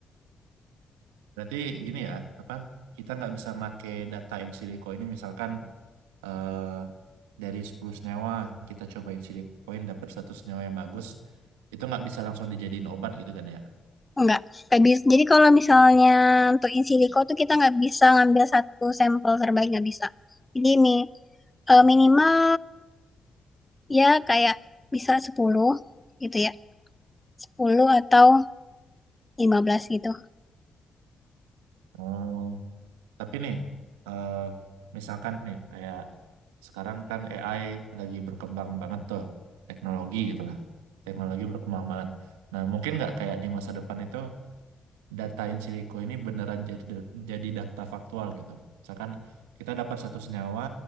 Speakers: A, on the right (about 80°); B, on the left (about 15°).
A: Berarti gini ya, apa? Kita nggak bisa pakai data in silico ini misalkan eh, dari 10 senyawa kita cobain silicoin dapat satu senyawa yang bagus, itu nggak bisa langsung dijadiin obat gitu kan ya?
B: Enggak. Nggak bisa, Jadi kalau misalnya untuk in silico tuh kita nggak bisa ngambil satu sampel terbaik, nggak bisa. Jadi mi- eh, minimal ya kayak bisa 10 gitu ya. sepuluh atau 15 gitu.
A: Hmm. Tapi nih, eh, misalkan nih, kayak sekarang kan AI lagi berkembang banget tuh, teknologi gitu lah. Teknologi berkembang banget. Nah, mungkin nggak kayak di masa depan itu, data in silico ini beneran jadi jadi data faktual gitu. Misalkan kita dapat satu senyawa,